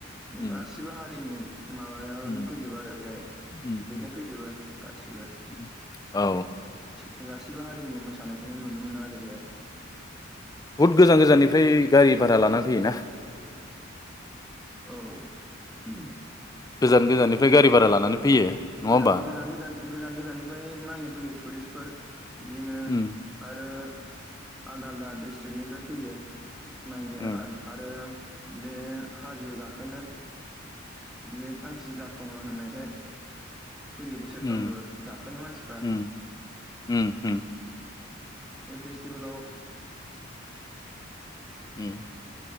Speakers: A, on the left; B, in the centre.
A: उम
B: गासिबो हारिनि माबायानो
A: उम
B: फैजोबो आरो बेहाय
A: उम
B: देखायफैजोबो गासिबो
A: उम औ
B: गा सिबो हारिनि मोसानायखौनो नुनो मोनो आरो बेहाय
A: बुहुद गोजान गोजाननिफ्राय गारि भारा लानानै फैयोना
B: औ उम
A: गोजान गोजाननिफ्राय गारि भारा लानानै फैयो नङा
B: गोजान
A: होमबा
B: गोजान गोजान गोजाननिफ्राय नायनो फैयो टुरिस्टफोर बिदिनो
A: उम
B: आरो आलदा आलदा ड्रिस्ट्रिकनिफ्राय फैयो नायनो
A: उम
B: आरो बे हाजो गाखोनो बे थांखि जाफुङो होननायखाय फैयो बोसोरफ्रामबो
A: उम
B: गाखोनो मानसिफ्रा
A: उम उम उम
B: बे फेस्टिबेलाव
A: उम